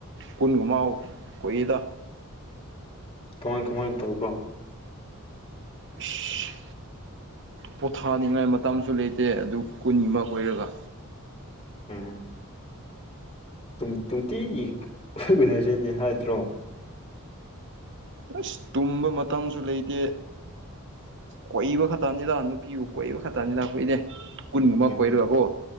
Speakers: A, on the right; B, on the left.
A: ꯀꯨꯟꯒꯃꯥꯎ ꯑꯣꯏꯗ
B: ꯀꯃꯥꯏ ꯀꯃꯥꯏꯅ ꯇꯧꯕ
A: ꯑꯁ ꯄꯣꯊꯥꯅꯤꯡꯉꯥꯏ ꯃꯇꯝꯁꯨ ꯂꯩꯇꯦ ꯑꯗꯨ ꯀꯨꯟ ꯑꯃ ꯀꯣꯏꯔꯒ
B: ꯎꯝ ꯅꯨꯡꯇꯤꯒꯤ ꯑꯣꯏꯅꯅꯁꯦꯗꯤ ꯍꯥꯏꯗ꯭ꯔꯣ
A: ꯑꯁ ꯇꯨꯝꯕ ꯃꯇꯥꯡꯁꯨ ꯂꯩꯇꯦ ꯑ ꯀꯣꯏꯕ ꯈꯛꯇꯅꯤ ꯂꯥꯛ ꯅꯨꯄꯤꯕꯨ ꯀꯣꯏꯕ ꯈꯛꯇꯅꯤ ꯂ ꯀꯨꯏꯅꯦꯦ ꯀꯨꯟꯒꯨꯝꯕ
B: ꯎꯝ
A: ꯀꯣꯏꯔꯒꯀꯣ
B: ꯍꯝ